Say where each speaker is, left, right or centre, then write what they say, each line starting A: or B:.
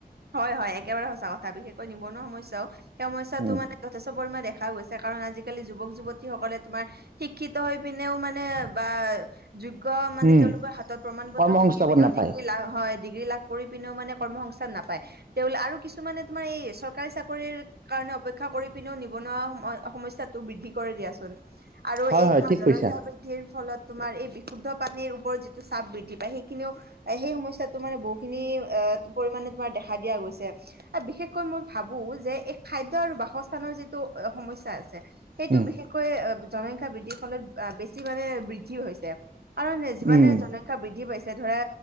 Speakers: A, on the right (about 80°); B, on the right (about 60°).
A: হয় -হয় একেবাৰে সঁচা কথা বিশেষকৈ নিবনুৱা সমস্যাও, সেই সমস্যাটো
B: উম
A: মানে যেষ্ট- পৰি দেখা গৈছে কাৰণ আজিকালি যুৱক যুৱতীসকলে তোমাৰ শিক্ষিত হৈ পিনেও মানে বা যোগ্য মানে
B: উম
A: তেওঁলোকৰ হাতত প্ৰমান পত্ৰ
B: কৰ্মসংস্থাপন
A: থাকি পিনেও
B: নাপায়
A: ডিগ্ৰী লাভ হয়। কৰি পিনেও মানে কৰ্মসংস্থান নাপায়, তেও আৰু কিছুমানে তোমাৰ এই চৰকাৰী চাকৰিৰ কাৰণে অপেক্ষা কৰি পিনেও নিবনুৱা সম সমস্যা টো বৃদ্ধি কৰে দিয়াচোন। আৰু
B: হয়
A: এই
B: হয়
A: তোমাৰ
B: ঠিক
A: জনসংখ্যা
B: কৈছা
A: বৃদ্ধিৰ ফলত তোমাৰ এই বিশুদ্ধ পানীৰ ওপৰত যিটো চাপ বৃদ্ধি পায় সেইখিনিও সেই সমস্যাটো মানে বহুখিনি পৰিমাণে তোমাৰ দেখা দিয়া গৈ বিশেষ। কৈ মই ভাবো যে এই খাদ্য আৰু বাসস্থানৰ যিটো সমস্যা আছে। সেইটো
B: উম
A: বিশেষকৈ জনসংখ্যা বৃদ্ধিৰ ফলত বেছি মানে বৃদ্ধিও হৈছে। কাৰণে যিমানে
B: উম
A: জনসংখ্যা বৃদ্ধি পাইছে। যে ধৰা